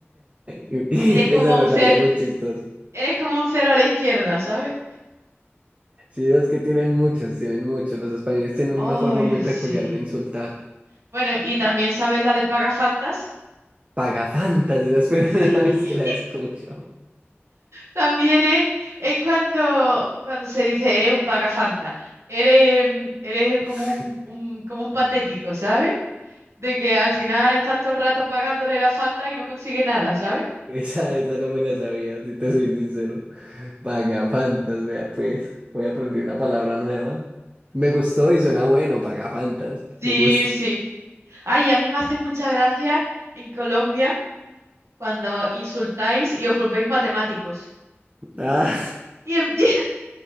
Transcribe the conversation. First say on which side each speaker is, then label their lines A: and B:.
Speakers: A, on the right (about 30°); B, on the right (about 85°).
A: Esa
B: Eres como
A: me
B: un
A: parece
B: cero,
A: muy chistosa.
B: eres como un cero a la izquierda, ¿sabes?
A: Sí, es que tienen muchos, tienen muchos. Los españoles tienen
B: Ay,
A: una forma muy peculiar
B: sí.
A: de insultar.
B: Bueno, ¿y también sabes la de Pagafantas?
A: Pagafantas, esa es la
B: Sí.
A: primera <laughs> vez que la escucho.
B: También es, es cuando, cuando se dice eres un pagafanta, eres, mm, eres
A: <laughs>
B: como un, un- como un patético, ¿sabes? De que al final estás todo el rato pagándole la Fanta y no consigue nada, ¿sabes?
A: Esa, esa no me la sabía, si te soy sincero. Pagafantas, vea pues. Voy a aprender una palabra nueva. Me gustó y suena bueno, pagafantas.
B: Sí,
A: Me gusta.
B: sí. Ay, a mí me hace mucha gracia en Colombia cuando insultáis y os volvéis matemáticos.
A: Ah,
B: Y empieza,